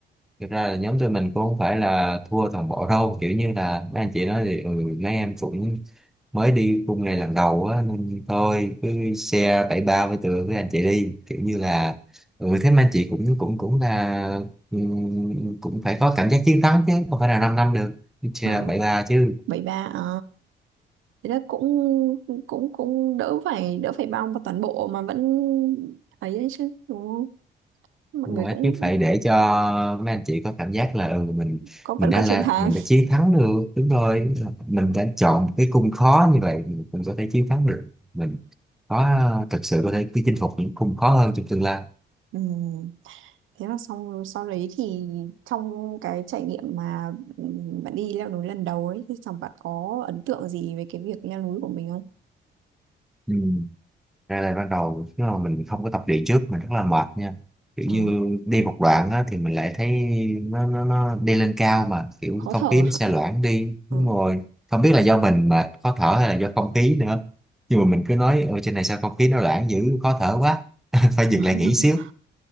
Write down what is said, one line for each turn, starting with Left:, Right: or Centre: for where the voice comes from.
Centre: thực ra là nhóm tụi mình cũng không phải là thua toàn bộ đâu kiểu như là mấy anh chị nói thì ừ, mấy em cũng mới đi khung này lần đầu á nên thôi cứ share bảy ba với tụi với anh chị đi kiểu như là ừ thế mà anh chị cũng cũng cũng là ừm, cũng phải có cảm giác chiến thắng chứ không phải là 5 năm năm được Cứ share
Right: ờ,
Centre: bảy ba chứ
Right: bảy ba à, thế là cũng cũng cũng đỡ phải đỡ phải bao vào toàn bộ mà vẫn ấy đấy chứ đúng không mọi
Centre: Nhưng
Right: người
Centre: mà rồi
Right: cũng
Centre: chứ phải để cho mấy anh chị có cảm giác là ừ, mình
Right: có
Centre: mình
Right: vẫn
Centre: đã
Right: có chiến
Centre: là
Right: thắng
Centre: mình đã chiến thắng được đúng rồi mình đã chọn một cái cung khó như vậy mình cũng có thể chiến thắng được mình có thực sự có thể chinh phục những cung khó hơn trong tương lai
Right: <laughs> ừ. Thế là xong sau đấy thì trong cái trải nghiệm mà ừm, bạn đi leo núi lần đầu ấy thì chẳng bạn có ấn tượng gì về cái việc leo núi của mình không?
Centre: ừ. ra là ban đầu nếu mà mình không có tập luyện trước mình rất là mệt nha kiểu
Right: Ờ,
Centre: như đi một đoạn á, thì mình lại thấy nó, nó nó đi lên cao mà kiểu
Right: khó
Centre: không
Right: thở
Centre: khí nó
Right: hả?
Centre: xe loãng đi
Right: Ờ.
Centre: đúng rồi không biết là do mình mà khó thở hay là do không khí nữa nhưng mà mình cứ nói ở trên này sao không khí nó loãng dữ khó thở quá <laughs> phải
Right: <laughs>
Centre: dừng lại nghỉ xíu